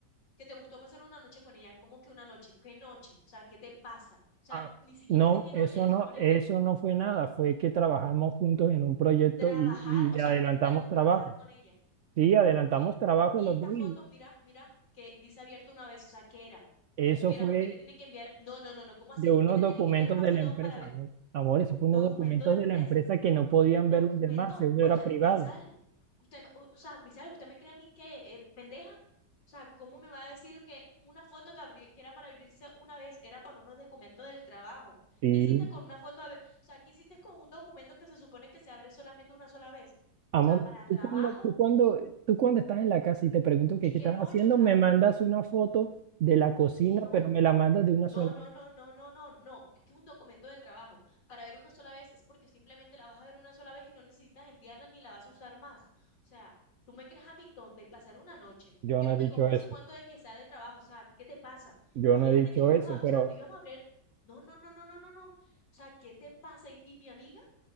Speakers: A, on the left; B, on the right.
A: que te gustó pasar una noche con ella. ¿Cómo que una noche? ¿Qué noche? O sea, ¿qué te pasa? O sea,
B: Ah,
A: ni siquiera
B: no,
A: sé qué
B: eso
A: noche, se
B: no,
A: supone
B: eso
A: que
B: no fue nada, fue que trabajamos juntos en un proyecto
A: trabajar,
B: y, y
A: o sea,
B: adelantamos
A: te encantó
B: trabajo.
A: trabajar con ella.
B: Sí, adelantamos
A: Como que,
B: trabajo
A: y
B: los
A: esta
B: dos
A: foto,
B: y
A: mira, mira, que dice abierto una vez, o sea, ¿qué era?
B: eso
A: ¿Qué
B: fue
A: era? ¿Por qué te tiene que enviar? No, no, no, no, ¿cómo así?
B: de
A: ¿Por
B: unos
A: qué te
B: documentos
A: tiene que enviar una
B: de
A: foto
B: la empresa,
A: para ver
B: ¿no? Amor, esos fueron
A: documento
B: unos documentos
A: de empresa?
B: de la empresa que no podían
A: Documento,
B: ver los demás, eso
A: bueno,
B: era privado.
A: Meisal, usted, me- o o sea, Meisal, ¿usted me cree a mí que eh, pendeja? O sea, ¿cómo me va a decir que una foto que, abrí- que era para abrirse una vez era para unos documentos del trabajo?
B: Sí.
A: ¿Qué hiciste con una foto? a ve- O sea, ¿qué hiciste con un documento que se supone que se abre solamente una sola vez?
B: Amor,
A: O sea, para trabajo
B: tú cuando, tú cuando, tú cuando estás en la casa y te pregunto que
A: Y
B: qué
A: qué
B: estás
A: noche,
B: haciendo,
A: o sea,
B: me mandas una foto de la cocina,
A: qué noche.
B: pero me la mandas de una
A: No,
B: sola.
A: no, no, no, no, no, no, porque es un documento de trabajo. Para ver una sola vez es porque simplemente la vas a ver una sola vez y no necesitas enviarla ni la vas a usar más. O sea, tú me crees a mí tonta y pasar una noche.
B: Yo
A: Yo
B: no
A: no
B: he
A: te
B: dicho
A: como
B: eso,
A: ese cuento de que sea de trabajo, o sea, ¿qué te pasa?
B: yo
A: Imagínate
B: no he dicho
A: que nos
B: eso,
A: íbamos a,
B: pero,
A: o sea, nos íbamos a hablar. No, no, no, no, no, no, no. O sea, ¿qué te pasa? ¿Y, y mi amiga?